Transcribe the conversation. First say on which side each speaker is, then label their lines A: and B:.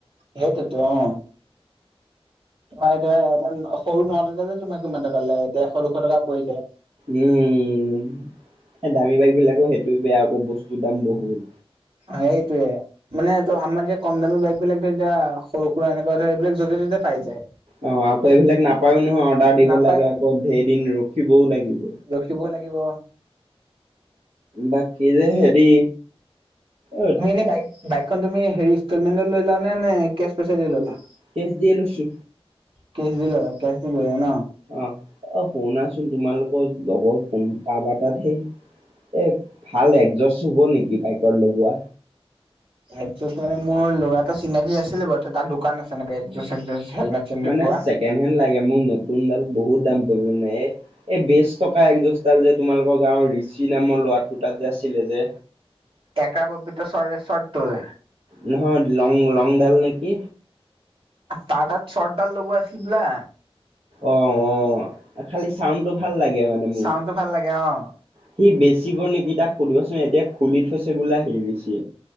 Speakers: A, on the right; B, on the right.
A: সেইটোৱেইটো অ। তোমাৰ ধৰা এটন সৰু নট এটাতে তোমাৰ কিমান টকা লয় ডেৰশ দুশ টকা পৰি যায়।
B: উম দামী বাইকবিলাকো সেইটোে বেয়া আকৌ বস্তুৰ দাম বহুত।
A: সেইটোৱে। মানে ত আমাৰ এতিয়া কম দামী বাইক বিলাক ধৰিলোৱা এতিয়া সৰু সুৰা এনেকুৱা ধৰ এইবিলাক য'তে ত'তে পাই যায়।
B: অ আকৌ এইবিলাক নাপাও নহয় অৰ্ডাৰ দিব
A: নাপায়
B: লাগে, আকৌ ধেৰ দিন ৰখিবও লাগিব।
A: তিব লাগিব।
B: বাকী যে হেৰি অইত
A: মো এনেই বাইক বাইকখন তুমি হেৰি ইনষ্টলমেণ্ট লৈলা নে নে কেচ পইচা দি লৈলা?
B: কেছ দি লৈছো।
A: কেচ দিলা কেচ দি ললা ন।
B: অ অ শুনাচোন তোমালোকৰ লগৰ কোন কাৰবা এ তাত সেই এ ভাল একজষ্ট হ'ব নেকি বাইকত লগোৱা?
A: একজষ্ট মানে মোৰ ল'ৰা এটা চিনাকি আছিলে বাৰু। তাৰ দোকান আছে এনেকে একজষ্ট, একজষ্ট হেলমেট চেলমেট
B: মানে
A: পোৱা।
B: ছেকেণ্ড হেণ্ড লাগে মোক। নতুন ডাল বহুত দাম পৰিব এ এই বেজ থকা একজষ্ট ডাল যে তোমালোকৰ গাঁৱৰ ঋষি নামৰ ল'ৰাটোৰ তাত যে আছিলে যে
A: একা ববিত চ্বৰ চ্বৰটো যে
B: নহয় লং লং ডাল নেকি?
A: তাৰ তাত চটডাল লগোৱা আছিল লে।
B: অ অ খালি চাউণ্ডটো ভাল লাগে মানে মো।
A: চাউণ্ডটো ভাল লাগে অ'।
B: সি বেচিব নেকি তাক সুধিবাচোন। এতিয়া খুলি থৈছে বোলে নিবিছে।